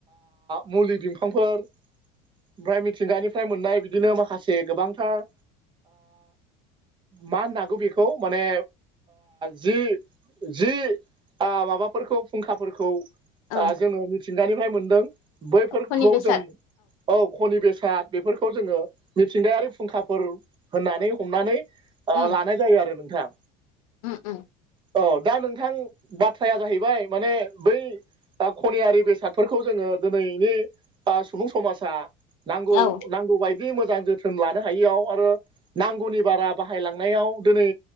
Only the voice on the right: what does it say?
मुलि बिफांफोर ओमफ्राय मिथिंगानिफ्राय मोननाय बिदिनो माखासे गोबांथार मा होननोागौ बेखौ माने जि जि माबाफोरखौ फुंखाफोरखौ ओ
जोङो मिथिंगानिफ्राय मोनदों बैफोरखौ
जों औ हनि बेसाद बेफोरखौ जोङो मिथिंगायारि फुंखाफोर होननानै हमनानै
लानाय जायो आरो नोंथां।
अ दा नोंथां बाथ्राया जाहैबाय माने बै खनियारि बेसादफोरखौ जोङो दिनैनि सुबुं समाजा नांगौ
नांगौ बाय बिदि मोजां जोथोन लानो हायियाव आरो नांगौनि बारा बाहायलांनायाव दिनै